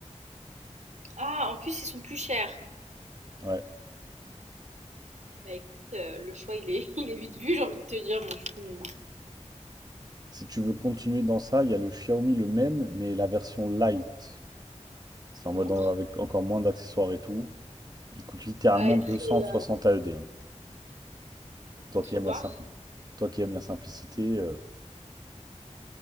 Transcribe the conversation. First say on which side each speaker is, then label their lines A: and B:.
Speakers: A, on the right; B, on the right.
A: Ah, en plus, ils sont plus chers.
B: Ouais.
A: Bah écoute, euh, le choix, il est, <laughs> il est vite vu, j'ai envie de te dire. Bon, je suis une moi.
B: Si tu veux continuer dans ça, il y a le Xiaomi le même mais la version light. C'est en
A: montre.
B: mode en- avec encore moins d'accessoires et tout. Il coûte littéralement
A: À être
B: 260
A: euh,
B: AED. hein. Toi
A: entrevoir.
B: qui aimes la simpli- Toi qui aimes la simplicité, euh,